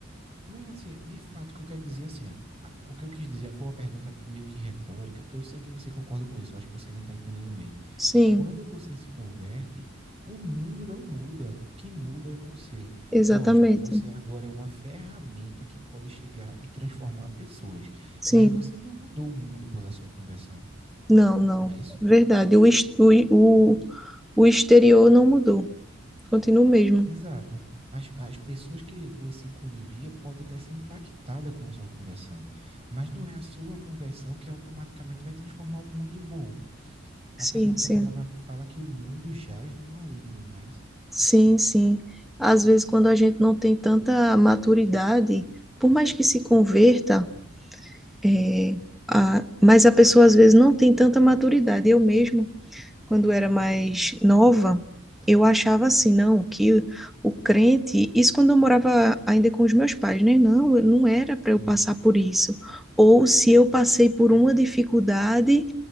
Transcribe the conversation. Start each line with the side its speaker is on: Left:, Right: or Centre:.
Right: Não, assim, de fato, o que eu quero dizer, é assim, ó, a- o que eu quis dizer foi uma pergunta meio que retórica, porque eu sei que você concorda com isso, eu acho que você não está entendendo bem.
Centre: Sim,
Right: Quando você se converte, o mundo não muda, o que muda é você.
Centre: exatamente.
Right: Lógico, você agora é uma ferramenta que pode chegar e transformar pessoas,
Centre: Sim,
Right: mas você não mudou o mundo pela sua conversão,
Centre: não, não,
Right: não é isso?
Centre: verdade. O, ex- o, o, o exterior não mudou, continua o mesmo.
Right: Exato. As, as pessoas que você convivia podem até ser impactadas com a sua conversão, mas não é a sua conversão que automaticamente vai transformar o mundo em bom. Até
Centre: Sim,
Right: porque
Centre: sim.
Right: a palavra fala que o mundo jaz no maligno, não é isso?
Centre: Sim, sim. Às vezes, quando a gente não tem tanta maturidade, por mais que se converta, é, a, mas a pessoa às vezes não tem tanta maturidade. Eu mesma, quando era mais nova, eu achava assim, não, que o crente, isso quando eu morava ainda com os meus pais, né? Não, eu- não era para
Right: Uhum,
Centre: eu passar por isso. Ou se eu passei por uma dificuldade,